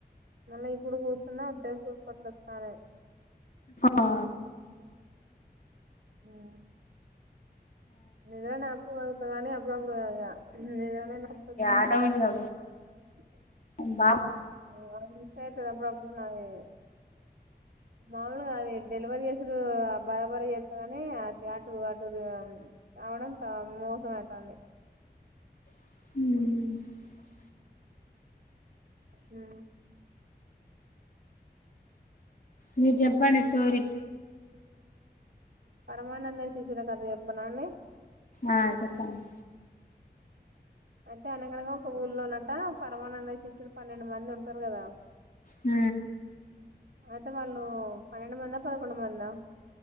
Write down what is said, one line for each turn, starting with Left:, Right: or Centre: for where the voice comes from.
Right: మళ్ళీ ఇప్పుడు కూర్చున్నా ఉద్దే చపట్ల వస్తానే
Left: ఆ
Right: ఉమ్ ఇదా నా అకు కానీ అప్పుడులా అప్పుడు ఇదను న పత్తాంట
Left: ఆటోమేటిక్గా
Right: <unintelligible>
Left: బాగా
Right: ఓ ఆ మిస్ అయితది అప్పుడు అప్పుడు పోన్ నాది మాములుగా అది ఇది డెలివరి చేసుడు ఆ బరాబరి ఎ తగానే అది అటు అటు రా రావడం తా మోసము అయితంది
Left: ఉ
Right: ఉహు
Left: మీరు చెప్పండి స్టోరి
Right: పరమానంద శిశుల కథ చెప్పానా అండి
Left: ఆ చెప్పండి
Right: అయితే అనగనగా ఒక ఊళ్ళో నాట పరమానంద శిష్యులు పన్నెండు మంది ఉంటారు కదా
Left: ఉ
Right: అయితే వాళ్ళు పన్నెండు మందా పదకొండు మందా